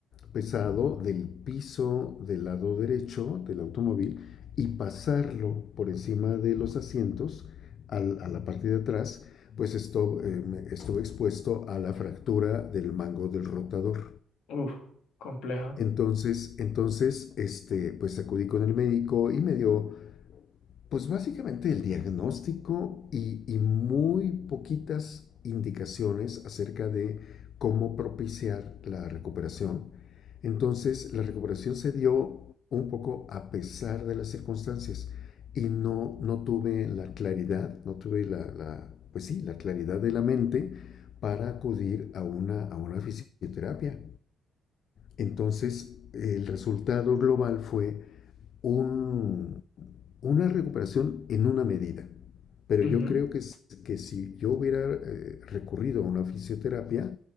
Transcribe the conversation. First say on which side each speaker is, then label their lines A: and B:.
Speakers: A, on the left; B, on the left.
A: pesado del piso del lado derecho del automóvil y pasarlo por encima de los asientos al- a la parte de atrás, pues esto, eh, me- estuve expuesto a la fractura del mango del rotador.
B: Uf, compleja.
A: Entonces, entonces, este, pues acudí con el médico y me dio, pues básicamente el diagnóstico y, y muy poquitas indicaciones acerca de cómo propiciar la recuperación. Entonces, la recuperación se dio un poco a pesar de las circunstancias y no, no tuve la claridad, no tuve la, la- pues sí, la claridad de la mente para acudir a una, a una fisioterapia. Entonces, el resultado global fue un, una recuperación en una medida. Pero
B: Ujú,
A: yo creo que, que si yo hubiera eh, recurrido a una fisioterapia,